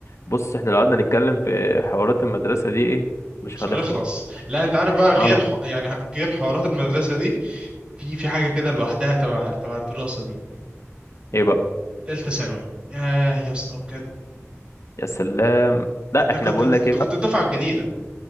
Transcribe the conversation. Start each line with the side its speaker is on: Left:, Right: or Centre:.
Left: بص احنا لو قعدنا نتكلم في حوارات المدرسه دي ايه مش
Right: مش
Left: هنخلص
Right: هنخلص لا انت عارف بقى غير
Left: اه
Right: ح... يعني غير حوارات المدرسه دي في في حاجه كده لوحدها تبع تبع الدراسه دي
Left: ايه بقى
Right: تالتة ثانوي ياه يا اسطى بجد
Left: يا سلام لا
Right: انت
Left: احنا
Right: كنت
Left: بقول
Right: انت
Left: لك ايه بقى
Right: كنت الدفعه الجديده